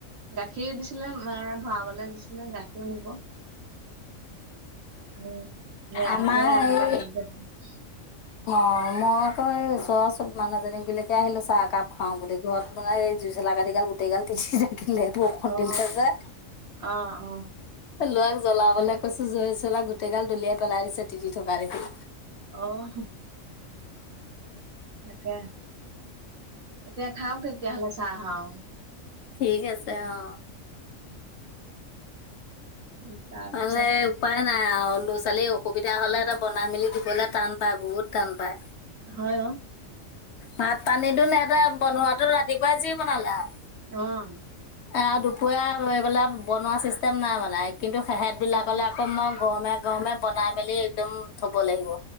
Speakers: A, on the right; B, on the left.
A: গাখীৰ দিছিলে মাই ভৰাবলে দিছিলে গাখীৰ সিও নিব উম আহিছেহে
B: আমাৰ
A: আহিলে
B: এই
A: আক তাপিছত
B: অ মই আকৌ এই ওচৰৰ চব মানুহজনী ঘৰলৈআহিলো চাহ একাপ খাও বুলি ঘৰত মানে এই জুই চলা কাঠি গাল গোটেই গাল তিতি থাকিলে। বৰষুণ
A: অ
B: দিলে যে
A: অহ অ
B: ল'ৰাক জ্বলাবলে কৈছো জই চলাই গোটেইগাল দলিয়াই পেলাই দিছে তিতি থকা দেখি।
A: অহ তাকে এতিয়া খাওক তেতিয়াহলে চাহ হাওঁ
B: ঠিক আছে অ
A: উম তা
B: মানে
A: পিছত
B: উপায় নাই আৰু ল'ৰা ছোৱালীৰ অসুবিধা হলে সেতে বনাই মেলি দিবলে টান পায় বহুত টান পায়।
A: হয় অ
B: ভাত পানীটো নেতা বনোৱাটো ৰাতিপুৱাই যি বনালে আৰু
A: অহ
B: এ আৰু দুপৰীয়া এইবলে বনোৱা চিষ্টেম নাই মানে কিন্তু হেতবিলাক
A: সেইটোৱে।
B: হ'লে আকৌ মই গৰমে গৰমে বনাই মেলি একদম থব লাগিব